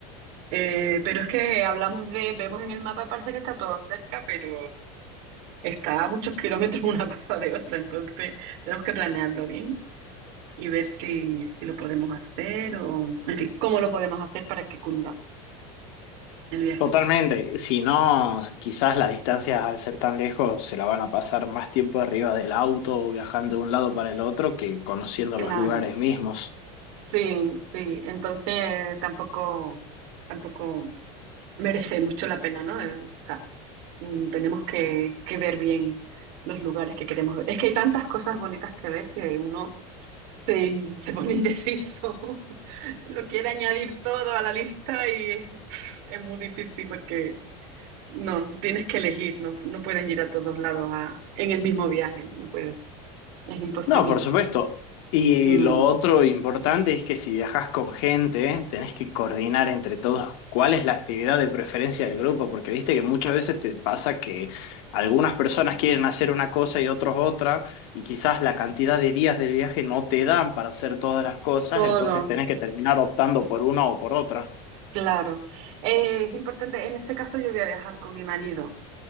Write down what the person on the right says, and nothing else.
eh, pero es que hablamos de, vemos en el mapa y parece que está todo cerca, pero está a muchos kilómetros <laughs> una cosa de otra, entonces tenemos que planearlo bien. y ver si, si lo podemos hacer o, en fin, cómo lo podemos hacer para que cunda el viajito.
Claro,
sí, sí. Entonces tampoco, tampoco merece mucho la pena, ¿no? Eh, O sea, mm, tenemos que, que ver bien los lugares que queremos ver. Es que hay tantas cosas bonitas que ver que uno se, se pone indeciso. <laughs> Lo quiere añadir todo a la lista y es, es muy difícil porque No, tienes que elegir, no, no puedes ir a todos lados a- en el mismo viaje, ¿no? No puedes, es imposible.
Mm,
todo,
claro. Eh, es importante, en este caso yo voy a viajar con mi marido.